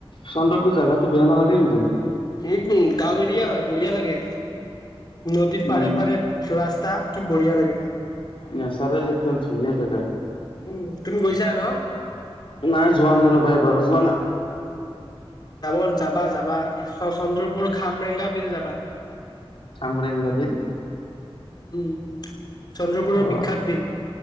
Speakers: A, on the left (about 65°); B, on the left (about 45°).
A: চন্দ্ৰপুৰ জাগাটো বেয়া নালাগে <unintelligible>
B: এই গাঁও এৰিয়া হয় বঢ়িয়া লাগে নদীৰ
A: ইমান
B: পাৰে পাৰে ৰাস তা কি বঢ়িয়া লাগে
A: নেচাৰেল একদম ধুনীয়া জাগা
B: উম তুমি গৈছা ন
A: নাই যোৱা নাই এবাৰো ৰবা যোৱা নাই
B: যাব যাবা যাবা চন্দ্ৰপুৰ খামৰেঙা বিল যাবা
A: কামৰে ইন্টাৰভিউ
B: উম, চন্দ্ৰপুৰৰ
A: অ',
B: বিখ্যাত বিল